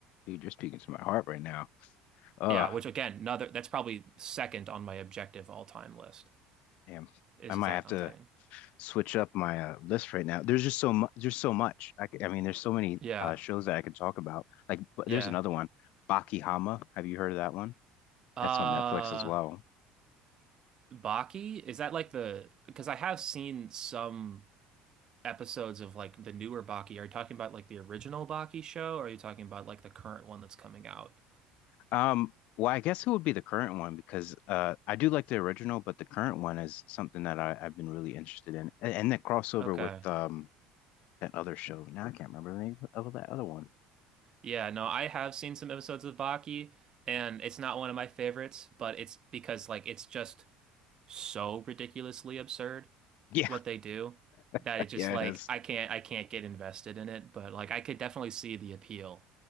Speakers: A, on the left; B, on the right.
A: dude, you're speaking to my heart right now. Oh,
B: Yeah, which again, another that's probably second on my objective all-time list
A: damn.
B: is
A: I might
B: Attack
A: have
B: on
A: to
B: Titan.
A: switch up my uh, list right now. There's just so much. There's so much. I, could, I mean, there's so many
B: Yeah.
A: uh, shows that I could talk about. Like, but
B: Yeah.
A: there's another one, Baki Hama. Have you heard of that one?
B: Uh,
A: That's on Netflix as well.
B: Baki? Is that like the, because I have seen some episodes of like the newer Baki. Are you talking about like the original Baki show or are you talking about like the current one that's coming out?
A: Um, well, I guess it would be the current one because uh, I do like the original, but the current one is something that I, I've been really interested in, and, and the crossover
B: Okay.
A: with um that other show. Now I can't remember the name of that other one.
B: Yeah, no, I have seen some episodes of Baki and it's not one of my favorites, but it's because like it's just so ridiculously absurd.
A: Yeah,
B: what they do
A: <laughs>
B: that it just
A: yeah,
B: like
A: it is.
B: I can't I can't get invested in it, but like I could definitely see the appeal